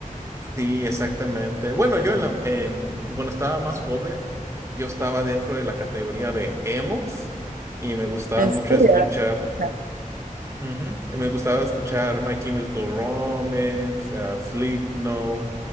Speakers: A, on the right; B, on the right.
A: Sí, exactamente. Bueno, yo en la- en- cuando estaba más joven, yo estaba dentro de la categoría de emos y me gustaba
B: ¿En
A: mucho
B: serio?
A: escuchar,
B: Pucha.
A: ujú, y me gustaba escuchar My Chemical Romance, a Slipknot,